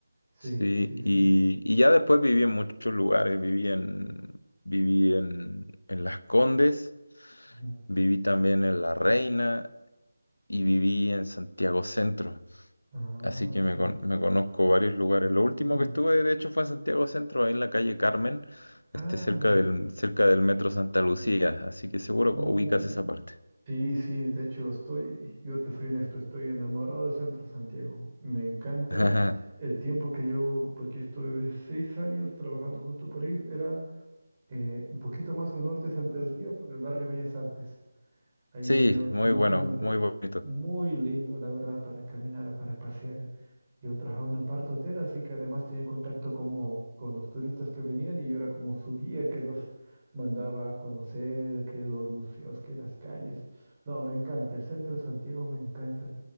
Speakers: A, on the right; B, on the left.
A: Sí,
B: Sí,
A: sí,
B: y,
A: sí.
B: y ya después viví en muchos lugares, viví en, viví en, en Las Condes,
A: Ujú.
B: viví también en La Reina y viví en Santiago Centro.
A: Ah,
B: Así que me,
A: qué
B: con-
A: bueno.
B: me conozco varios lugares. Lo último
A: <laughs>
B: que estuve, de hecho, fue en Santiago Centro, ahí en la calle Carmen,
A: Ah,
B: este, cerca
A: ya.
B: del, cerca del Metro Santa Lucía. Así que seguro
A: Uh,
B: que ubicas esa parte.
A: sí, sí, de hecho estoy, yo te soy honesto, estoy enamorado del Centro Santiago. Me encanta
B: <laughs>
A: el tiempo que yo, porque yo estuve seis años trabajando justo por ahí, era eh, un poquito más al norte de Santa Lucía, por el barrio Bellas Artes. Ahí
B: Sí,
A: había un,
B: muy
A: uno-
B: bueno,
A: un hotel
B: muy bonito.
A: muy lindo, la verdad, para caminar, para pasear. Yo trabajaba en una parte hotel, así que además tenía contacto como con los turistas que venían y yo era como su guía que los mandaba a conocer, que los museos, que las calles. No, me encanta, el centro de Santiago me encanta.